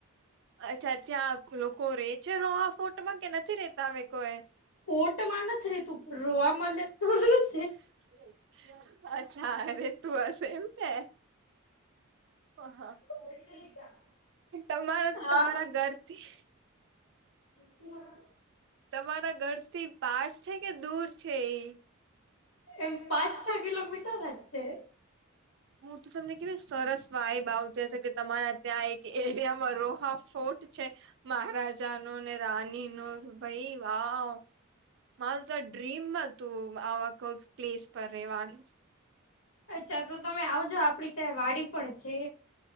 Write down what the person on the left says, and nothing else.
ફોર્ટ મા નથી રેતું રોઆ માં ત
<unintelligible>
હા
<inaudible>
એમ પાંચ છ કિલોમીટર જ છે.
અચ્છા તો તમે આવજો આપડી ત્યાં વાડી પણ છે.